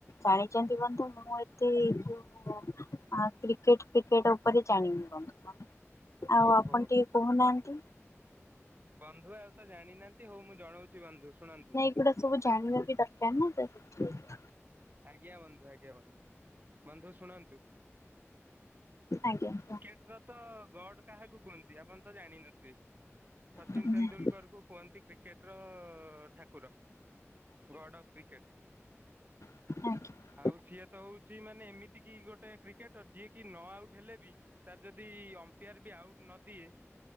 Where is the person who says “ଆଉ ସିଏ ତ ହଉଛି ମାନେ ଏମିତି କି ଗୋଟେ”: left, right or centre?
Right